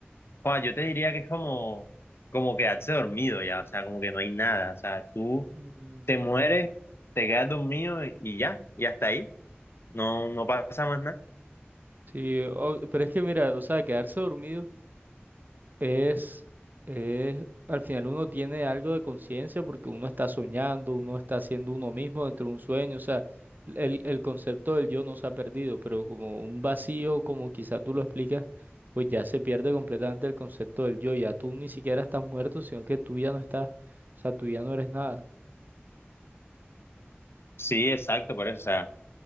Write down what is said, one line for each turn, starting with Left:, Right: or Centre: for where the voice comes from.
Left: joa, yo te diría que es como, como quedarse dormido ya, o sea, como que no hay nada. O sea, tú
Right: Mm,
Left: te mueres, te quedas dormido y y ya, y hasta ahí. No, no pasa más nada.
Right: Sí, o- pero es que mira, o sea, quedarse dormido. Es, es, al final uno tiene algo de conciencia porque uno está soñando, uno está siendo uno mismo dentro de un sueño, o sea, el, el concepto del yo no se ha perdido, pero como un vacío, como quizá tú lo explicas, pues ya se pierde completamente el concepto del yo, ya tú ni siquiera estás muerto, sino que tú ya no estás, o sea, tú ya no eres nada,
Left: Sí, exacto, por eso, o sea,